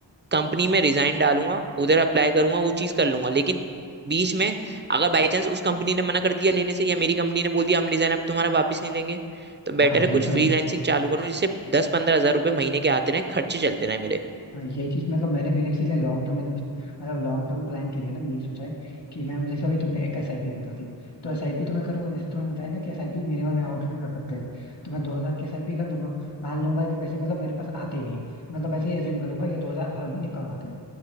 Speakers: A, on the right; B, on the left.
A: कंपनी में रिजाइन डालूंगा उधर अप्लाई करूंगा वो चीज कर लूंगा लेकिन बीच में अगर बाई चांस उस कंपनी ने मना कर दिया लेने से या मेरी कंपनी ने बोल दिया हम रिजाइन अब तुम्हारा वापस नहीं लेंगे तो बेटर
B: हाँ ये
A: है कुछ
B: तो
A: फ्रीलांसिंग
B: है
A: चालू करो जिससे दस पंद्रह हजार रुपये महीने के आते रहे खर्चे चलते रहे मेरे
B: हाँ यही चीज मतलब मैंने भी ना इसीलिए लॉन्ग टर्म इन्वेस्ट मतलब लॉन्ग टर्म प्लान के लिए ना यही सोचा है कि मैं जैसे अभी तुमने एक एसआईपी बता दिया तो एसआईपी तो मैं करूंगा जैसे तुम्हें बताया ना कि एसआईपी मिनिमम अमाउंट भी कर सकते हैं तो मैं दो हजार की एसआईपी कर दूंगा मान लूंगा कि पैसे मतलब मेरे पास आते
A: हम्म।
B: ही नहीं है मतलब ऐसे ही एज्यूम कर लूंगा ये दो हजार हर महीने कम आते हैं